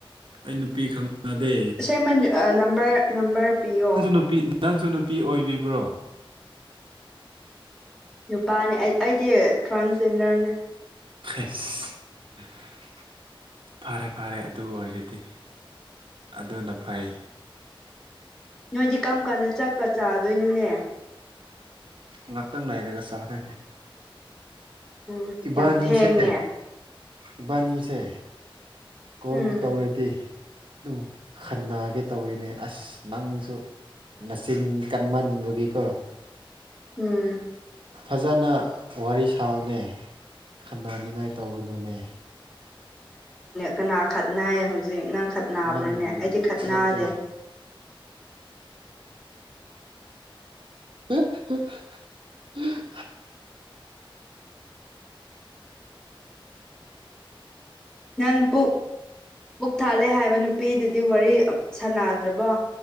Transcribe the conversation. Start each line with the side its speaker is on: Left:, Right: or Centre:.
Right: ꯑꯩ ꯅꯨꯄꯤ ꯈꯪꯅꯗꯦ
Centre: ꯑꯁꯦꯡꯕ ꯅꯝꯕꯔ ꯅꯝꯕꯔ ꯄꯤꯌꯣ꯫
Right: ꯅꯪꯁꯨ ꯅꯨꯄꯤ ꯅꯪꯁꯨ ꯅꯨꯄꯤ ꯑꯣꯏꯕꯤꯕ꯭ꯔꯣ?
Centre: ꯅꯨꯄꯥꯅꯦ ꯑꯩ ꯑꯩꯗꯤ ꯇ꯭ꯔꯥꯟꯖꯦꯟꯗꯔꯅꯤ꯫
Right: <unintelligible> ꯐꯔꯦ- ꯐꯔꯦ ꯑꯗꯨ ꯑꯣꯏꯔꯗꯤ ꯑꯗꯨꯅ ꯐꯩ꯫
Centre: ꯅꯣꯏꯗꯤ ꯀꯔꯝ ꯀꯥꯟꯗ ꯆꯥꯛꯀ ꯆꯥꯗꯣꯏꯅꯣꯅꯦ?
Right: ꯉꯥꯛꯇꯪ ꯂꯩꯔꯒ ꯆꯥꯗꯣꯏꯅꯤ
Centre: ꯎꯝ
Right: ꯏꯕꯥꯅꯤꯁꯦ
Centre: ꯌꯥꯝ ꯊꯦꯡꯉꯦ
Right: ꯏꯕꯥꯅꯤꯁꯦ ꯀꯣꯜꯕꯨ
Centre: ꯎꯝ
Right: ꯇꯧꯔꯗꯤ ꯑꯗꯨꯝ ꯈꯟꯅꯒꯦ ꯇꯧꯋꯤꯅꯦ ꯑꯁ ꯅꯪꯁꯨ ꯃꯆꯤꯟ ꯀꯟꯃꯟꯕꯒꯤꯀꯣ
Centre: ꯎꯝ
Right: ꯐꯖꯅ ꯋꯥꯔꯤ ꯁꯥꯕꯅꯦ ꯈꯟꯅꯟꯅꯅꯤꯡꯉꯥꯏ ꯇꯧꯕꯗꯨꯅꯦ
Centre: ꯀꯅꯥ ꯈꯠꯅꯩ ꯍꯧꯖꯤꯛ ꯅꯪ ꯅꯥꯕ꯭ꯔꯅꯦ
Right: ꯅꯪ
Centre: ꯑꯩꯗꯤ ꯈ ꯅꯥꯗꯦ
Right: ꯅꯠꯇꯦ <unintelligible>
Centre: ꯅꯪ ꯄꯨ ꯃꯕꯨꯛ ꯊꯥꯜꯂꯦ ꯍꯥꯏꯕ ꯅꯨꯄꯤꯗꯨꯗꯤ ꯋꯥꯔꯤ ꯁꯥꯥꯟꯅꯗ꯭ꯔꯕꯣ?